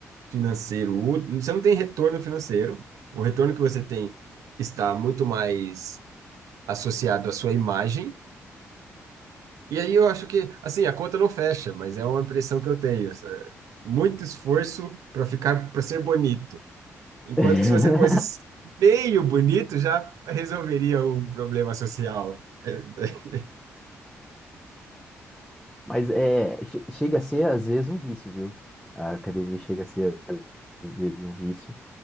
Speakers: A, on the right; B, in the centre.
A: financeiro, ú- você não tem retorno financeiro, o retorno que você tem está muito mais associado à sua imagem. E aí eu acho que, assim, a conta não fecha, mas é uma impressão que eu tenho. essa- Muito esforço para ficar, para ser bonito. Enquanto
B: <laughs>
A: que se você fosse meio bonito, já resolveria um problema social. É, <laughs>
B: Mas é, che- chega a ser, às vezes, um vício, viu? A academia chega a ser, às vezes, um vício,